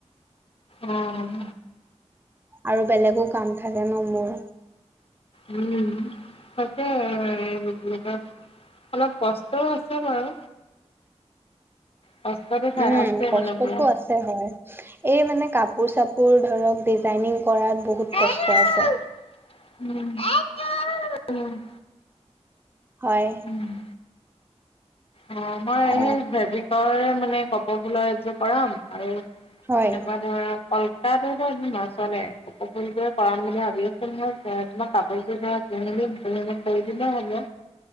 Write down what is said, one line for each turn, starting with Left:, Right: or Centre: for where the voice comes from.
Left: অ',
Right: আৰু বেলেগো কাম থাকে ন! মোৰ।
Left: উম, তাকে <inaudible> অলপ কষ্টয়ো আছে বাৰু। কষ্টটো ঠাই
Right: উম,
Left: আছে
Right: কষ্টটো
Left: মানে পুৰা
Right: আছে হয়, এই মানে কাপোৰ চা পোৰ ধৰক, ডিজাইনিং কৰাত বহুত
Left: উম
Right: কষ্ট আছে।
Left: উম, <unintelligible> উম।
Right: হয়।
Left: উম। অ, মই
Right: অ
Left: সেই ভেবিকৰে মানে কপ ফুলা এযোৰ কৰাম। আৰু এনেকুৱা
Right: হয়
Left: ধৰা কলকাতোতো নাচলে কপৌ ফুলটে কৰাম বুলি ভাবি আছো নহয় তোমাৰ কাপোৰযোৰ ধৰা কিনি দিম তুমি মোক কৰি দিলে হ'ব।